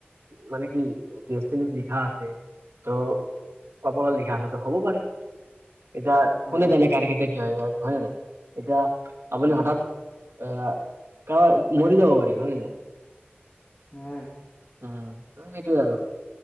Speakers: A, on the right; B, on the left.
A: মানে কি দেচতিনোট লিখা আছে <unintelligible> তো কপত লিখা আছো টো হ'ব পাৰে এতিয়া
B: হয়
A: কোনে জানে কাৰ কেতিয়া কি হয় হয় নে নহয় এতিয়া আপুনি
B: হয়
A: হঠাৎ আহ কাৰ মৰি যাব পাৰে হয় নে নাই
B: হয়
A: উম ত সেইটোৱে আৰু